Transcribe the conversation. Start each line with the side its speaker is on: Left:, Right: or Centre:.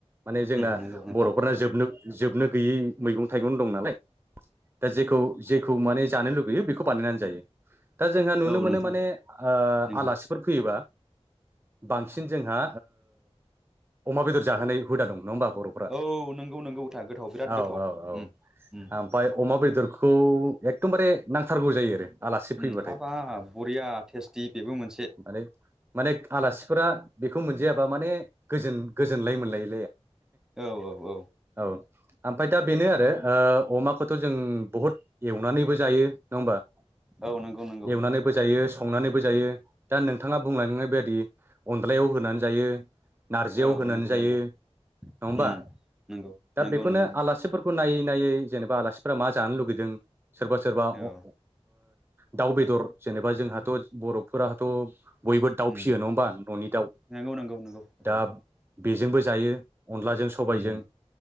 Right: माने जोंना
Centre: नंगौ नोंथां
Right: बर'फोरना जोबनो जोबनो गैयै मैगं थाइगं दं नालाय दा जेखौ जेखौ माने जानो लु होयो बेखौ बानायनानै जायो दा जोंहा नुनो
Centre: औ
Right: मोनो
Centre: नोंथां
Right: माने ओ
Centre: नंगौ
Right: आलासिफोर फैयोबा बांसिन जोंहा अमा बेदर जाहोनाय हुदा दं नङा होमबा बर'फोरा
Centre: औ नंगौ नंगौ था गोथाव बिराद
Right: औ
Centre: गोथाव
Right: औ औ
Centre: उम उम
Right: ओमफ्राय अमा बेद बेदरखौ एखदमबारे नांथारगौ जायो आरो। आलासि
Centre: उम
Right: फैबाथाय
Centre: हाबाब बरिया टेस्टि बेबो मोनसे
Right: आरे माने आलासिफोरा बेखौ मोनजायाबा माने गोजोन गोजोनलाय मोनलायो।
Centre: औ औ औ
Right: औ ओमफ्राय दा बेनो आरो अमाखौथ' जों बहुद एवनानैबो जायो। बा
Centre: औ नंगौ नंगौ
Right: एवनानैबो जायो संनानैबो जायो दा नोंथाङा बुंलांनाय बादि अ अनल्दायाव होनानै जायो। नारजियाव
Centre: औ
Right: होनानै
Centre: नंगौ
Right: जायो
Centre: नंगौ
Right: नंङाहोमबा
Centre: उम नंगौ
Right: दा
Centre: नंगौ
Right: बेखौनो
Centre: नंगौ
Right: आलासिफोर खौ नायै नायै जेनेबा आलासिफोरा मा जानो लुगैदों सोरबा सोरबा
Centre: औ
Right: अ ओ दाउ बेदर जेनेबा जोंहाथ' बर'फोराथ' बयबो
Centre: उम
Right: दाउ फिसियो नङा होमबा न'नि दाउ
Centre: नंगौ नंगौ नंगौ औ
Right: दा बेजोंबो जायो अनलाजों सबायजों
Centre: उम